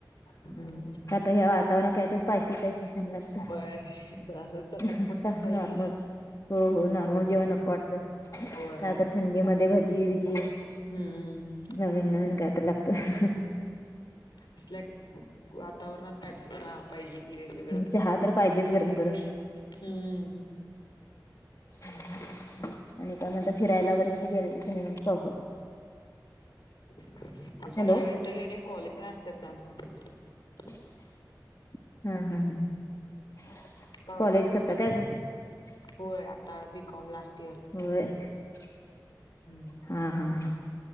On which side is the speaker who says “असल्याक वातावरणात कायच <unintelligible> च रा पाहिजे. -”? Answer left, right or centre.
Left